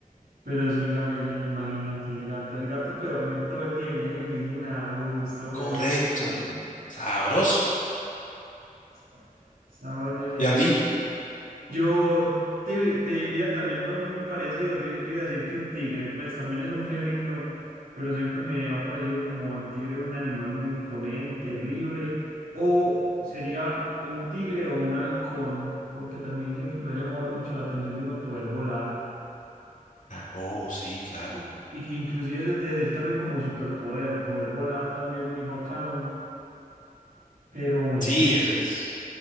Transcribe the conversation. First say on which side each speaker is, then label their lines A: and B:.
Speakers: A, on the right; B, on the left.
A: Pero sí, Gabriel, imagínate, el gato, el gato puede dormir todo el día y nadie le dice nada. Uh, está bueno
B: Correcto.
A: ese animal.
B: Sabroso.
A: Está, está bueno ese animal.
B: ¿Y a ti?
A: Yo te, te diría también lo muy parecido. Yo, yo iba a decir que un tigre, pues también es un felino, pero siempre me ha parecido como el tigre un animal muy imponente, libre, o sería un tigre o un halcón, porque también siempre me ha llamado mucho la atención de uno poder volar.
B: Oh, sí, claro.
A: Y, y que inclusive se te debe decir también como superpoder, poder volar también muy bacano, pero bueno,
B: Sí, ese es.